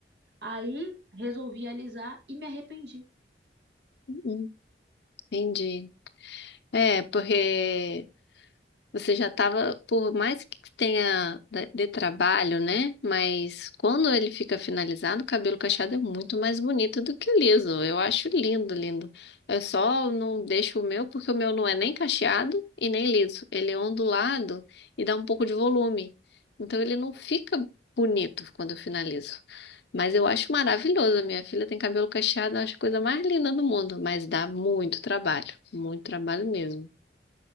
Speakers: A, on the right; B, on the left.
A: Aí resolvi alisar e me arrependi.
B: Uhum. Entendi. É, porque. Você já estava, por mais que tenha da- de trabalho, né? Mas quando ele fica finalizado, o cabelo cacheado é muito mais bonito do que o liso. Eu acho lindo, lindo. Eu só não deixo o meu porque o meu não é nem cacheado e nem liso. Ele é ondulado e dá um pouco de volume. Então ele não fica bonito quando eu finalizo. Mas eu acho maravilhoso. A minha filha tem cabelo cacheado, eu acho a coisa mais linda do mundo. Mas dá muito trabalho, muito trabalho mesmo.